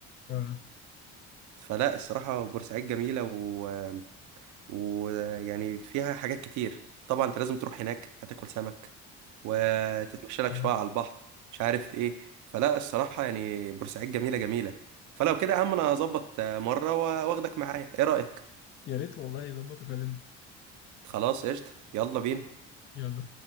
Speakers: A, on the left; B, on the right.
A: اه
B: فلا الصراحه بورسعيد جميله و... ويعني فيها حاجات كتير طبعا انت لازم تروح هناك هتاكل سمك وتتمشى لك
A: آه.
B: شويه على البحر مش عارف ايه فلا الصراحه يعني بورسعيد جميله جميله فلو كده يا عم انا هظبط آه، مره واخدك معايا ايه رايك
A: يا ريت والله يظبط وكلمني
B: خلاص قشطه يلا بينا
A: يلا